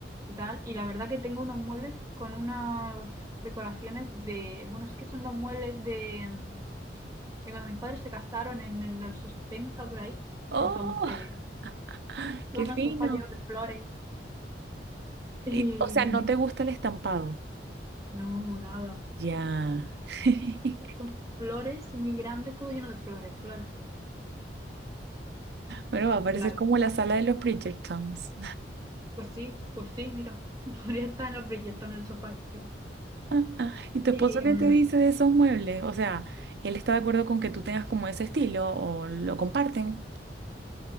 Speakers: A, on the right (about 20°); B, on the right (about 60°).
A: y tal. Y la verdad que tengo unos muebles con unas decoraciones de, bueno, es que son los muebles de, mm, de cuando mis padres se casaron en, en los 80 por ahí.
B: ¡Oh,
A: Entonces,
B: <laughs>
A: son
B: qué
A: unos
B: fino!
A: sofás llenos de flores. Y
B: Y, o sea, ¿no te gusta el estampado?
A: no, nada.
B: Ya. <laughs>
A: Son flores muy grandes, todo lleno de flores, flores, flores.
B: Bueno, va a parecer
A: Y Claro.
B: como la sala de los Bridgertons.
A: Pues sí, pues sí, mira, <laughs> podría estar en los brillantes en el sofá este.
B: <laughs> ¿Y tu esposo
A: Y
B: qué
A: mm,
B: te dice de esos muebles? O sea, ¿él está de acuerdo con que tú tengas como ese estilo o lo comparten?